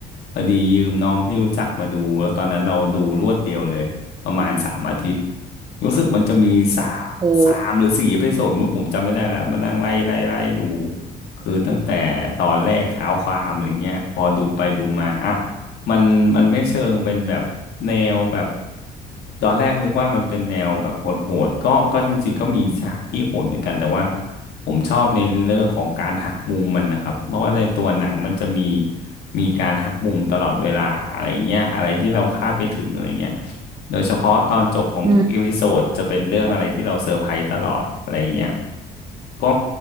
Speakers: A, on the left; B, on the right.
A: พอดียืมน้องที่รู้จักมาดูแล้วตอนนั้นเราดูรวดเดียวเลยประมาณสามอาทิตย์รู้สึกมันจะมีสามสามหรือสี่เอพิโซดไม่รู้ผมจำไม่ได้แล้วมานั่งไล่ไล่ไล่ดู
B: โอ
A: คือตั้งแต่ตอนแรกเท้าความอะไรเงี้ยพอดูไปดูมาอาวมันมันไม่เชิงเป็นแบบแนวแบบตอนแรกนึกว่ามันเป็นแนวแบบโหดๆก็ก็จริงๆก็มีฉากที่โหดเหมือนกันแต่ว่าผมชอบในเรื่องของการหักมุมมันนะครับเพราะว่าในตัวหนังมันจะมีมีการหักมุมตลอดเวลาอะไรเงี้ยอะไรที่เราคาดไม่ถึงอะไรเงี้ยโดยเฉพาะตอนจบของทุกเอพิโซดจะเป็นเรื่องอะไรที่เราเซอร์ไพรส์ตลอดอะไรเงี้ย
B: อืม
A: ก็